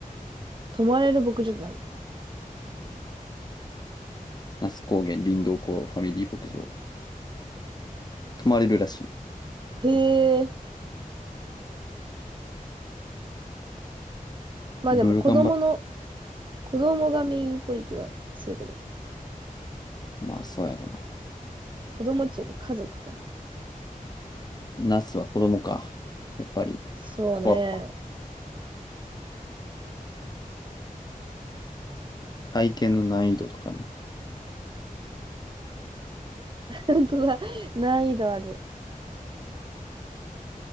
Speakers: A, on the right (about 35°); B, on the left (about 30°).
A: 泊まれる牧場となり。
B: 那須高原林道湖ファミリー牧場。泊まれるらし
A: へえ。まあでも子供の、
B: い。いろいろ頑張って。
A: 子供がメインっぽい気はするけど。
B: まあ、そうやろな。
A: 子供っていうか家族か。
B: 那須は子供か。やっぱり、
A: そうね。
B: 怖っ。体験の難易度とかね。
A: <laughs> 本当だ。難易度ある。